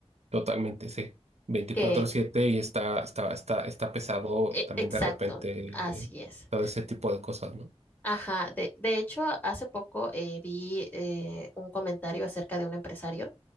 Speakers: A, on the right; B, on the left.
A: Totalmente, sí. Veinticuatro
B: Que,
A: siete y está, está, está, está pesado
B: e-
A: también
B: exacto,
A: de repente
B: así
A: eh,
B: es.
A: todo ese tipo de cosas, ¿no?
B: Ajá, de, de hecho, hace poco eh, vi eh, un comentario acerca de un empresario